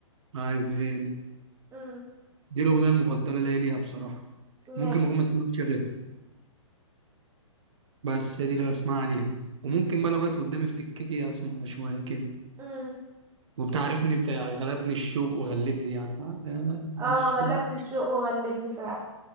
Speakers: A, on the right; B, on the right.
A: ايوه هي دي
B: امم
A: دي الاغنيه المفضله ليا ليها بصراحه ممكن
B: نعم
A: ما اكون ما اسمعش غيرها بس هي دي اللي بسمعها ليها وممكن بقى لو جت قدامي في سكتي اسمع شويه كده
B: امم
A: وبتعرفني بتاع غلبني الشوق وغلبني دي عارفها غلبني
B: اه
A: الشوق
B: غلبني الشوق وغلبني فعلا